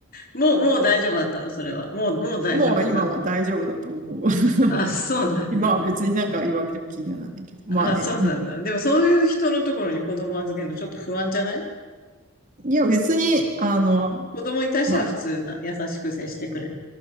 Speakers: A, on the left; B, on the right.
A: もう、もう大丈夫だったの、それは。もう、もう大丈夫になった。
B: もう今は大丈夫だと思う。<laughs>
A: あ、そうなんだ。
B: 今は別になんか言われても気にはならないけど、まあね、
A: あ、そうなんだ。
B: なんか
A: でも、そういう人のところに子供預けるのちょっと不安じゃない
B: いや、別に、あの、
A: 子供に対しては普通な、
B: ま
A: 優しく接してくれ